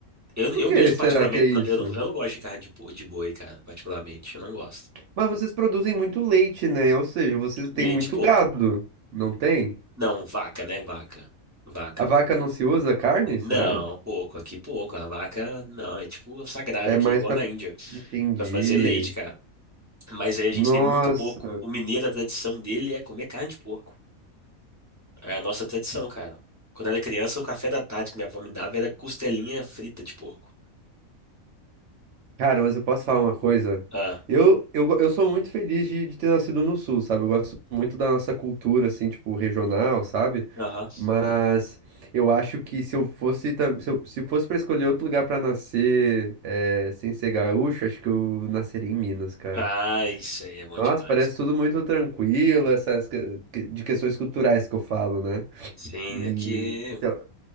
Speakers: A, on the right; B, on the right.
A: Eu,
B: Por
A: eu
B: que
A: mesmo,
B: será
A: particularmente,
B: que é isso?
A: não- eu não, eu não gosto de carne de, po- de boi, cara, particularmente. Eu não gosto.
B: Mas vocês produzem muito leite, né? Ou seja, vocês
A: Leite
B: têm muito
A: e porco.
B: gado, não tem?
A: Não, vaca, né? Vaca. Vaca.
B: A vaca não se usa carne,
A: Não,
B: será?
A: pouco, aqui pouco. A vaca, não, é tipo sagrada
B: É
A: aqui,
B: mais
A: igual
B: pra.
A: na Índia,
B: Entendi.
A: pra fazer leite, cara. Mas aí a gente
B: Nossa.
A: tem muito porco. O mineiro, a tradição dele é comer carne de porco. É a nossa tradição, cara. Quando eu era criança, o café da tarde que minha avó me dava era costelinha frita de porco.
B: Cara, mas eu posso falar uma coisa?
A: Ah,
B: Eu, eu, go- eu sou muito feliz de, de ter nascido no Sul, sabe? Eu gosto muito da nossa cultura, assim, tipo, regional, sabe?
A: aham.
B: Mas eu acho que se eu fosse, tam- se eu- se fosse pra escolher outro lugar pra nascer, eh, sem ser gaúcho, acho que eu nasceria em Minas, cara.
A: Ah, isso aí é bom
B: Nossa,
A: demais.
B: parece tudo muito tranquilo, essas que- que- de questões culturais que eu falo, né?
A: Sim,
B: E
A: aqui.
B: então,